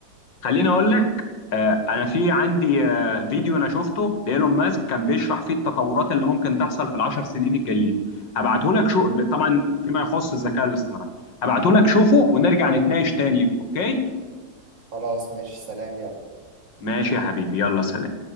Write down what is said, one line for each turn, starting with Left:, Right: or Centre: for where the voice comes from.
Left: خليني اقول لك آه، انا في عندي آه، فيديو انا شفته لايلون ماسك كان بيشرح فيه التطورات اللي ممكن تحصل في العشر سنين الجايين هبعته لك شو طبعا فيما يخص الذكاء الاصطناعي هبعته لك شوفه ونرجع نتناقش تاني اوكي
Right: خلاص ماشي سلام يلا
Left: ماشي يا حبيبي يلا سلام